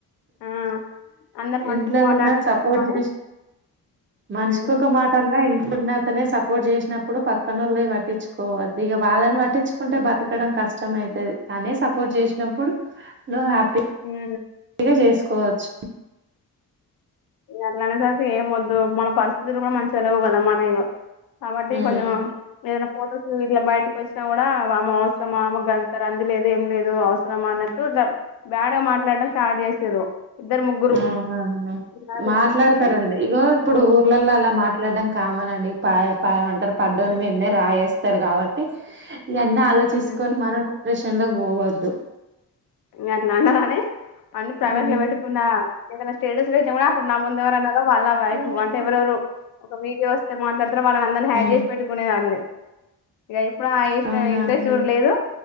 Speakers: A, on the left; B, on the right.
A: ఆ అందరు మనిషికో
B: ఇంట్లో
A: మాట
B: ఉన్నా
A: అనుకోవద్దు
B: సపోర్ట్
A: అని
B: చేసి మనిషికి
A: ఉమ్
B: ఒక మాట అన్నా ఇం ప్పున్న అతనే సపోర్ట్ చేసినప్పుడు పక్కనోళ్ళె పట్టించుకోవద్దు ఇక వాళ్ళని పట్టించుకుంటే బతకడం కష్టమై తది తానే సపోర్ట్ చేసినప్పుడు నువ్ హ్యా
A: ఉమ్
B: ఇగా జేస్ కోచ్
A: ఇంగట్ల అనే సరికి ఏమొద్దు మన పరిస్థితులు కూడా మంచిగలేవ్ కదా మన ఇగ కాబట్టి
B: హ్మ్
A: కొంచెం ఏదన్న ఫోటోస్ ఇట్ల బయటి వచ్చినా కూడా ఆమె అవసరమ్ ఆమె గంటరాంది లేదు ఏం లేదు అవసరమా అన్నట్టు ఇట్ల బ్యాడ్ గా మాట్లాడం స్టార్ట్ చేసిర్రు ఇద్దరు ముగ్గురు
B: అవునులే <unintelligible>
A: నాకు
B: మాట్లాడతారండి
A: అనిపించి
B: ఇగో ఇప్పుడు ఊర్లల్లో అలా మాట్లాడత డం కామనండి పాయ పామంటారు పడ్డోని మీన్నే రాయేస్తరు కాబట్టి ఇగన్నీ ఆలోచించుస్కొని
A: ఇంగ
B: మనం డిప్ ప్రెషన్లోకి పోవద్దు
A: మీ అట్లన్న రాని అన్ని ప్రైవేట్
B: హ్మ్
A: లో పెట్టుకున్నా ఏదైనా స్టేటస్ పెట్ట్నా కూడా అప్పుడు నా ముందు ఎవరన్నారో వాళ్ళనవైపు
B: హ్మ్
A: అంటే ఎవరెవరు వీడియో వస్తే మాట్లాడ్ తరు వాళ్ళనందరిని హ్యాడ్
B: ఉమ్
A: చేసి పెట్టుకునే దాన్ని ఇగ ఇప్పుడు ఇష్ట్
B: అవునా
A: ఇంట్రెస్ట్
B: అండి
A: కూడ లేదు